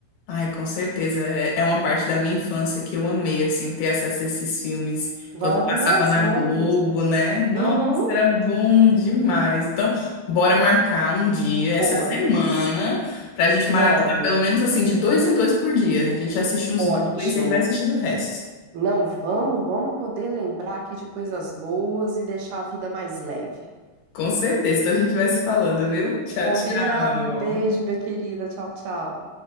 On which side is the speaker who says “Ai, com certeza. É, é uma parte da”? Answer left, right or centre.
Left